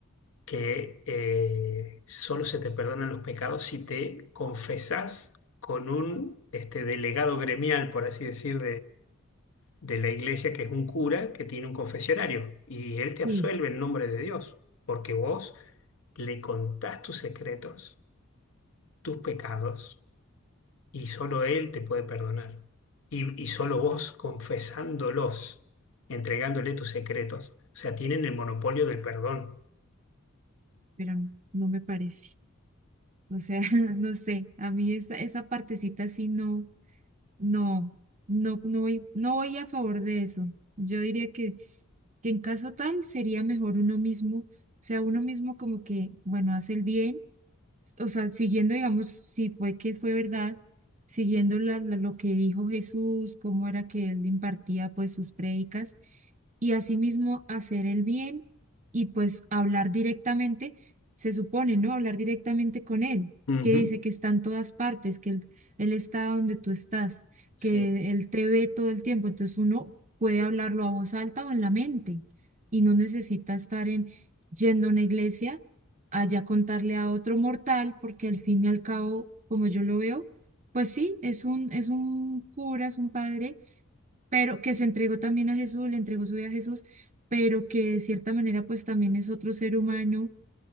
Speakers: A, on the left (about 70°); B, on the right (about 35°).
A: que eh, solo se te perdonan los pecados si te confesás con un este, delegado gremial, por así decir, de la iglesia que es un cura que tiene un confesionario y él te absuelve
B: Sí,
A: en nombre de Dios, porque vos le contás tus secretos, tus pecados y solo él te puede perdonar. Y, y solo vos confesándolos, entregándole tus secretos, o sea, tienen el monopolio del perdón.
B: pero no, no me parece. O sea, <laughs> no sé, a mí esa, esa partecita sí no, no, no, no voy, no voy a favor de eso. Yo diría que, que en caso tal sería mejor uno mismo, o sea, uno mismo como que, bueno, hace el bien o sea, siguiendo, digamos, si fue que fue verdad, siguiendo la- la- lo que dijo Jesús, cómo era que él impartía pues sus prédicas y asimismo hacer el bien y pues hablar directamente, se supone, ¿no? Hablar directamente con él,
A: Ujú.
B: que dice que está en todas partes, que él, él está donde tú estás,
A: Sí.
B: que él te ve todo el tiempo, entonces uno puede hablarlo a voz alta o en la mente y no necesita estar en... yendo a una iglesia allá contarle a otro mortal, porque al fin y al cabo, como yo lo veo, pues sí, es un, es un cura, es un padre, pero que se entregó también a Jesús, le entregó su vida a Jesús, pero que de cierta manera pues también es otro ser humano,